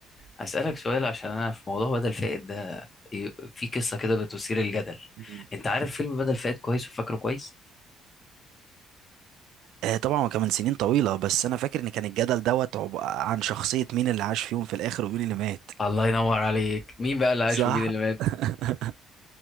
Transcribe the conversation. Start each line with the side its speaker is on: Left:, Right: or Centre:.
Left: هسألك سؤال عشان أنا في موضوع بدل فائد ده ي- في قصة كده بتثير الجدل
Right: مم.
Left: أنت عارف فيلم بدل فائد كويس وفاكره كويس؟
Right: آه، طبعا كمان سنين طويله بس انا فاكر ان كان الجدل دوت عب- عن شخصيه مين اللي عاش فيهم في الاخر ومين اللي مات
Left: الله ينور عليك مين بقى اللي عاش
Right: صح
Left: ومين اللي مات؟
Right: <laughs>